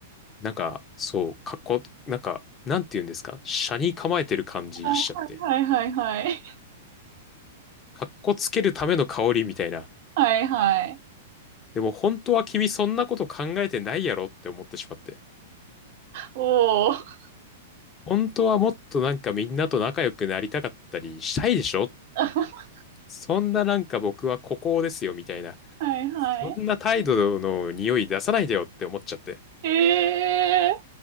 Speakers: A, on the left; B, on the right.
A: なんか、そう、かっこ、なんか、なんて言うんですか斜に構えてる感じしちゃって。
B: あ、はいはいはいはい。
A: かっこつけるための香りみたいな。
B: はいはい。
A: でも本当は君そんなこと考えてないやろって思ってしまって。
B: おー。
A: 本当はもっとなんかみんなと仲良くなりたかったりしたいでしょ
B: <laughs>
A: そんななんか僕は孤高ですよみたいな。
B: はいはい。
A: そんな態度の匂い出さないでよって思っちゃって。
B: ええ